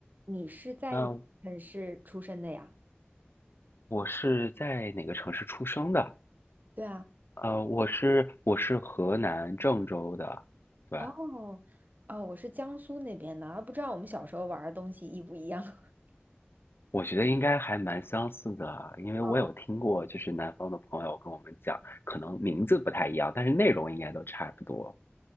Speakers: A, on the right; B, on the left.
A: 你是在哪个城市出生的呀？
B: 呃，我是在哪个城市出生的？
A: 对啊，
B: 呃，我是我是河南郑州的，对，
A: 哦，哦，我是江苏那边的，啊不知道我们小时候玩儿的东西一不一样。<laughs>
B: 我觉得应该还蛮相似的，因为我有听过，
A: 哦
B: 就是南方的朋友跟我们讲，可能名字不太一样，但是内容应该都差不多。